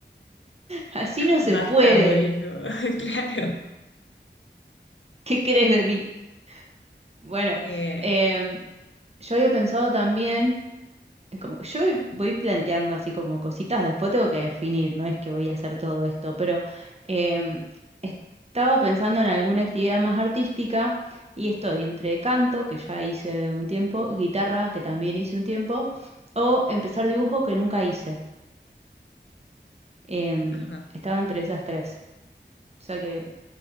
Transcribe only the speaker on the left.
basta,
Duolingo. <laughs> Claro.
Eh,
ajá.